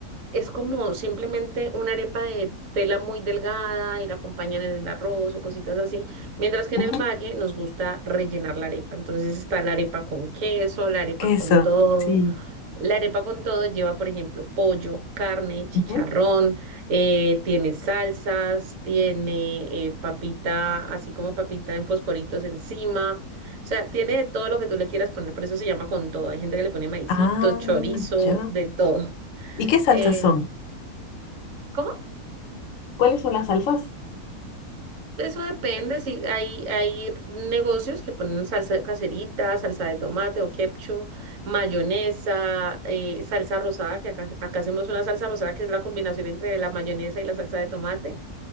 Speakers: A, on the right; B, on the left.
A: es como simplemente una arepa de tela muy delgada y la acompañan en el arroz o cositas así, mientras que en
B: Ujú.
A: el valle nos gusta rellenar la arepa. Entonces está la arepa con queso, la arepa
B: Queso,
A: con todo.
B: sí.
A: La arepa con todo lleva, por ejemplo, pollo, carne, chicharrón,
B: ujú.
A: eh, tiene salsas, tiene eh, papita, así como papita en fosforitos encima. O sea, tiene de todo lo que tú le quieras poner, por eso se llama con todo. Hay gente que le pone maicitos,
B: Ah,
A: chorizo,
B: ya.
A: de todo. <laughs>
B: ¿Y qué salsas
A: Eh,
B: son?
A: ¿Cómo?
B: ¿Cuáles son las salsas?
A: Eso depende, si hay, hay negocios que ponen salsa caserita, salsa de tomate o ketchup, mayonesa, eh, salsa rosada, que acá, acá hacemos una salsa rosada que es la combinación entre la mayonesa y la salsa de tomate,